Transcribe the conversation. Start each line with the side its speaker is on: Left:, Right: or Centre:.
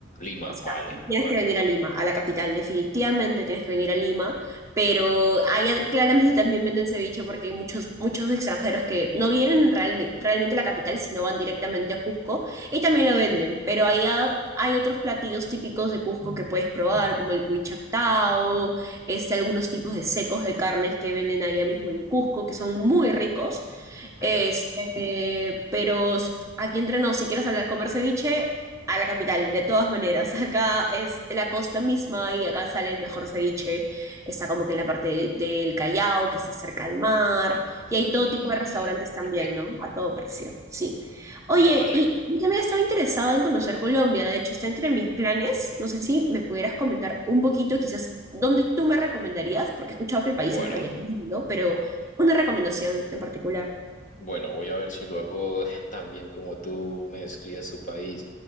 Left: Lima,
Right: O sea,
Left: vale,
Right: tienes
Left: vale.
Right: que venir a Lima, a la capital, definitivamente tienes que venir a Lima, pero ahí claramente también venden ceviche porque hay muchos, muchos extranjeros que no vienen realme- realmente a la capital, sino van directamente a Cusco y también lo venden, pero ahí ha- hay otros platillos típicos de Cusco que puedes probar, como el cuy chactao, este, algunos tipos de secos de carnes que venden ahí mismo en Cusco, que son muy ricos.
Left: Ok.
Right: Este, pero s- aquí entre nos, si quieres hablar comer ceviche, a la capital, de todas maneras. <laughs> Acá es la costa misma y acá sale el mejor ceviche. Está como que en la parte de- del Callao, que está cerca al mar. Y
Left: Mm,
Right: hay todo tipo de restaurantes también,
Left: ok.
Right: ¿no? A todo precio, sí. Oye,
Left: Vale.
Right: y yo también estaba interesada en conocer Colombia. De hecho, está entre mis planes. No sé si me pudieras comentar un poquito, quizás, dónde tú me recomendarías, porque he escuchado que el
Left: Bueno,
Right: país en realidad es lindo, pero
Left: bueno.
Right: una recomendación en particular.
Left: Bueno, voy a ver si lo hago <laughs> tan bien como tú me describes tu país.